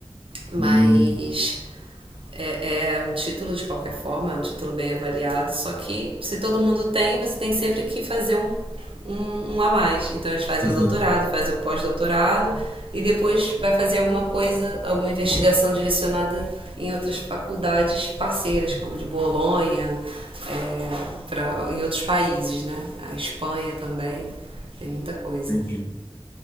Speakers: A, on the right (about 65°); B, on the left (about 20°).
A: mas
B: hum,
A: é, é um título de qualquer forma, é um título bem avaliado, só que se todo mundo tem, você tem sempre que fazer um, um, um a mais. Então eles fazem
B: exato.
A: o doutorado, fazem o pós-doutorado e depois vai fazer alguma coisa, alguma investigação direcionada em outras faculdades parceiras, como de Bolonha, é, pra, em outros países, né? A Espanha também, tem muita coisa.
B: Entendi.